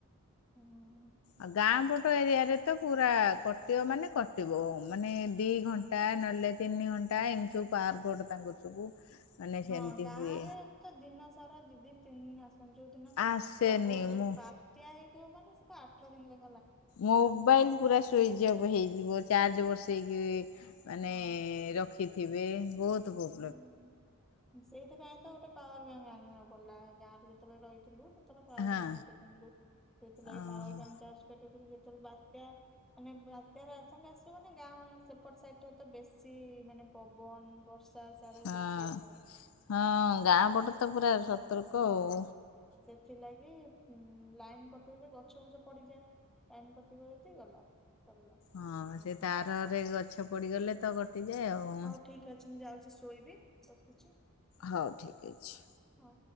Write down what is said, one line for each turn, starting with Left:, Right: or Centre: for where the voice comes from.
Centre: ହୁଁ।
Left: ଆ ଗାଁ ପ ଙ୍କ ଏରିଆରେ ତ ପୁରା କଟିବ ମାନେ କଟିବ ମାନେ ଦି ଘଣ୍ଟା ନହେଲେ ତିନି ଘ ଟାଇମ ସବୁ ପାୱାର କଟ ତାଙ୍କର ସବୁ ମାନେ ସେମିତି
Centre: ହଁ ଗାଁ
Left: ହୁଏ
Centre: ରେ ତ ଦିନ ସାରା ଦି ଦିନ ତିନି ଦିନ ଆସ ଯୋଉ ଦିନ
Left: ଆସେନି
Centre: ପ୍ରବଳ ଯୋରେ
Left: ମୁଁ
Centre: ବାତ୍ୟା ହେଇଥିବ ମାନେ ସେତ ଆଠଦିନ ଲେଖ
Left: ମୋବାଇଲ ପୁରା ସୁଇଚ୍ଅଫ ହେଇଯିବ ଚାର୍ଜ ବସେଇକିରି ମାନେ
Centre: ହଁ ସ-
Left: ରଖିଥିବେ ବହୁତ ବୋ
Centre: ହଁ ସେଇଥିପାଇଁ ତ ଗୋଟେ ପାୱାର ବ୍ୟାଙ୍କ ଆଣିବାକୁ ପଡଲା ଗାଁ ରେ ଯେତେବେଳେ ରହିଥିଲୁ ଯେତେବେଳେ ପାୱାର
Left: ହଁ
Centre: ବ୍ୟାଙ୍କ ଗୋଟେ କିଣିଲୁ ସେଥିଲାଗି
Left: ଓହୋ
Centre: ପାୱାର ବ୍ୟାଙ୍କ ଚାର୍ଜ କରିବୁବୋଲି ଯେତେବେଳେ ବାତ୍ୟା ମାନେ ବାତ୍ୟାରେ ଆସଙ୍ଗେ ଆସିବ ମାନେ ଗାଁ ମାନେ ସେପଟ ସାଇଟ ରେ ତ ବେଶି ମାନେ ପବନ ବର୍ଷା ସାଡେ
Left: ହଁ
Centre: ବେଶୀ ଆସେ।
Left: ହଁ ଗାଁ ପଟେ ତ ପୁରା ସତର୍କ
Centre: ହଁ
Left: ଆଉ
Centre: ସେଥିଲାଗି ଉଁ ଲାଇନ କଟିବ ଯେ ଗଛ ଗୁଛ ପଡିଯାଏ ଲାଇନ କଟିବ ଯଦି ଗଲା। ସରିଲା।
Left: ହଁ
Centre: ଆଉ
Left: ସେ ତାରରେ ଗଛ ପଡିଗଲେ ତ କଟିଯାଏ। ଆଉ
Centre: ହଉ ଠିକ ଅଛି ମୁଁ ଯାଉଚି ଶୋଇବି ରଖୁଚି।
Left: ହଉ ଠିକ ଅଛି।
Centre: ହ।